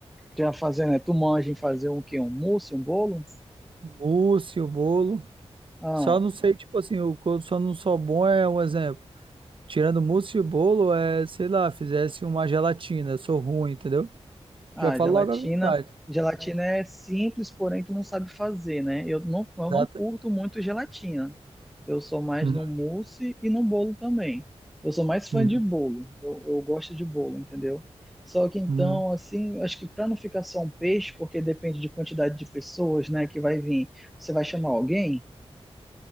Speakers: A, in the centre; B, on the right (about 50°).
A: Já fazendo, né? Tu manja em fazer um quê? Um mousse, um bolo?
B: Mousse, o bolo.
A: Ah,
B: Só não sei, tipo assim, o que eu só não sou bom é um exemplo. Tirando mousse e bolo, é, sei lá, fizesse uma gelatina. Eu sou ruim, entendeu?
A: Ah,
B: Já falo
A: gelatina.
B: logo a verdade.
A: Gelatina é simples, porém tu não sabe fazer, né? Eu não, eu
B: Exata.
A: não curto muito gelatina. Eu sou mais
B: Uhum,
A: no mousse e no bolo também. Eu sou mais fã
B: uhum,
A: de bolo. Eu, eu gosto de bolo, entendeu? Só que então,
B: uhum.
A: assim, acho que para não ficar só um peixe, porque depende de quantidade de pessoas, né, que vai vir. Você vai chamar alguém?